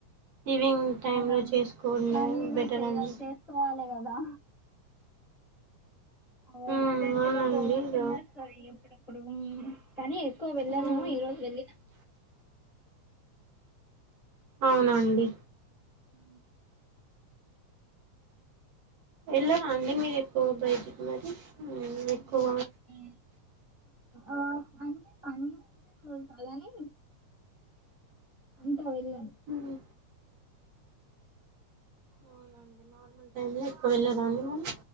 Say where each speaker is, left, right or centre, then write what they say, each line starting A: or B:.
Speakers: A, on the right; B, on the left.
A: ఈవినింగ్ టైమ్
B: అవునండి
A: లో చేసుకోండి
B: కానీ ఇగ
A: బెటర్
B: చేయి
A: అండి
B: చేసుకోవాలి కదా అ
A: ఉమ్
B: ఎమర్జెన్సీలో
A: అవునండి
B: పోవాల్సింది
A: ఇగ
B: వస్తది ఎప్పుడెప్పుడు మ్మ్ కానీ ఎక్కువ వెళ్ళను
A: ఉమ్
B: ఈ రోజు వెళ్ళినా
A: అవునండి
B: ఆ
A: వెళ్ళరా అండి మీరు ఎక్కువ బయటికి మరి ఉమ్
B: ఆ
A: ఎక్కువ
B: వెళ్ళను ఏమి ఆ అంటే పనులు మ్మ్ అదని మ్మ్ ని <unintelligible>
A: ఉమ్ అవునండి నార్మల్ వెళ్లి వెళ్ళారా అండీ మరి